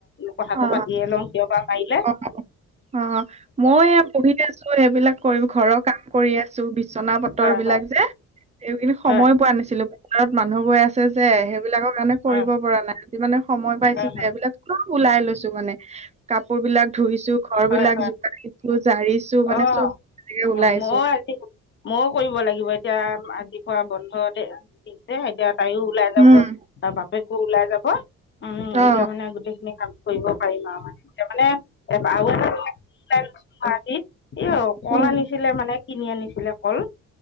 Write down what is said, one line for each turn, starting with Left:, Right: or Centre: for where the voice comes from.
Left: কথাটো
Right: অ
Left: পাতি কিয়বা পায়িলে।
Right: অ অ' মই পঢ়ি আছো, সেইবিলাক কৰি ঘৰৰ কাম কৰি আছো, বিছনা এইটো
Left: হয় হয়
Right: যে এইকিদিন সময়ে
Left: হয়
Right: পোৱা নাছিলো পথাৰত মানুহ গৈ আছে যে সেইবিলাকৰ কাৰণে কৰিব
Left: হয়
Right: পৰা নাই। আজি মানে সময় পাইছো
Left: হয়
Right: যে,
Left: হয়
Right: এইবিলাক অলপ ওলাই লৈছো মানে কাপোৰ বিলাক ধুইছো ঘৰ বিলাক
Left: হয়
Right: জোকাৰিছো জাৰিছো মানে
Left: অঁ
Right: চব তেনেকে উলাইছোঁ।
Left: অ ময়ো আজি ময়ো কৰিব লাগিব এতিয়া আজিৰপৰা বন্ধ দিছে এতিয়া তাইও ওলাই
Right: উম
Left: যাব তাৰ বাপেকো ওলাই যাব উম,
Right: অ
Left: এতিয়া মানে গোটেই খিনি কাম কৰিব পাৰিম আৰু মানে মানে <unintelligible> এ অকল
Right: উম
Left: আনিছিলে মানে কিনি আনিছিলে কল